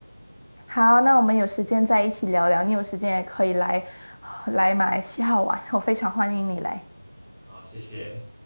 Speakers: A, on the left; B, in the centre.
A: 好，那我们有时间再一起聊聊，你有时间也可以来来马来西亚玩，我非常欢迎你来。
B: 好，谢谢。